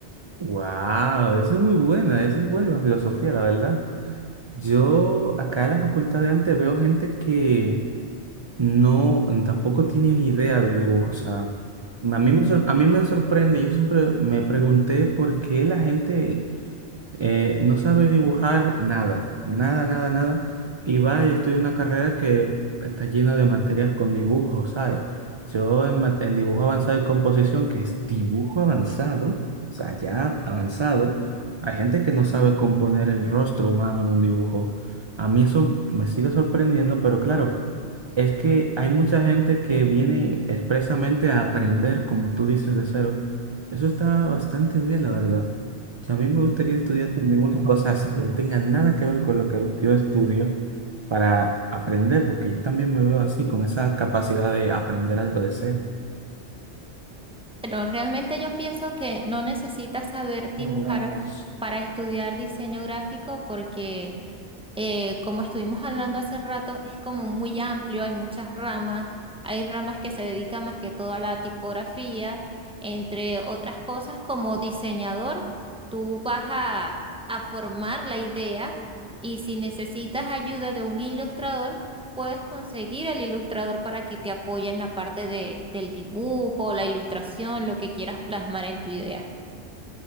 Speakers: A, on the right (about 35°); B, in the centre.
A: Wow, esa es muy buena, esa es buena filosofía, la verdad. Yo acá en la Facultad de Arte veo gente que no, tampoco tiene ni idea de dibujo. O sea, a mí me, sor- a mí me sorprende, yo siempre me pregunté por qué la gente eh, no sabe dibujar nada, nada, nada, nada, y va y estudia una carrera que está llena de materias con dibujos, ¿sabes? Yo en, ma- en dibujo avanzado y composición, que es dibujo avanzado, o sea, ya avanzado, hay gente que no sabe componer el rostro humano en un dibujo. A mí eso me sigue sorprendiendo, pero claro, es que hay mucha gente que viene expresamente a aprender, como tú dices, de cero. Eso está bastante bien, la verdad. A mí me gustaría estudiar también unas cosas que no tengan nada que ver con lo que yo estudio para aprender, porque yo también me veo así, con esa capacidad de aprender algo de cero.
B: Pero realmente yo pienso que no necesitas saber dibujar
A: Aprender acá.
B: para estudiar diseño gráfico porque eh, como estuvimos hablando hace rato, es como muy amplio, hay muchas ramas, hay ramas que se dedican más que todo a la tipografía, entre otras cosas, como diseñador, tú vas a, a formar la idea y si necesitas ayuda de un ilustrador, puedes conseguir al ilustrador para que te apoye en la parte de- del dibujo, la ilustración, lo que quieras plasmar en tu idea.